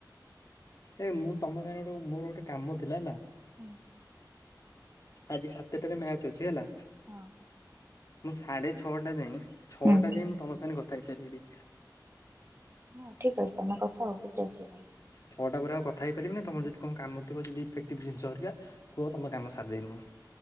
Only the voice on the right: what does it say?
ଉଁ।
ହଁ।
ହଁ
ହଁ ଠିକ୍ ଅଛି ତମେ କଥା ହୁଅ କିଛି ଅସୁବିଧା ନାହିଁ।